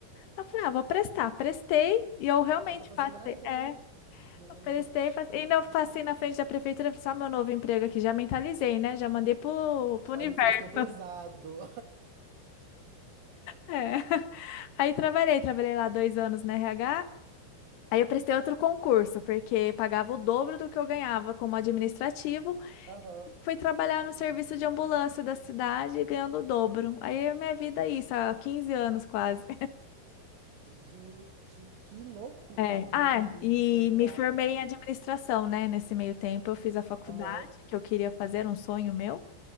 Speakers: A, on the left; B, on the right.
A: Eu falei: Ah, vou prestar. Prestei e eu realmente
B: Eu não tô fazendo
A: passei.
B: nada,
A: É,
B: né? Gente,
A: eu prestei, passei. Ainda eu passei na frente da prefeitura e falei: Só meu novo emprego aqui, já mentalizei, né? Já mandei pro, pro universo.
B: manifestou
A: <laughs>
B: pesado.
A: É. Aí trabalhei, trabalhei lá dois anos na RH. Aí eu prestei outro concurso, porque pagava o dobro do que eu ganhava como administrativo.
B: <laughs> Aham.
A: Fui trabalhar no serviço de ambulância da cidade, ganhando o dobro. Aí a minha vida é isso, há 15 anos quase.
B: Gente, que loucura!
A: É.
B: Meu
A: Ah,
B: Deus,
A: e
B: que loucurada!
A: me formei em administração, né? Nesse meio tempo eu fiz a faculdade
B: Aham.
A: que eu queria fazer, um sonho meu.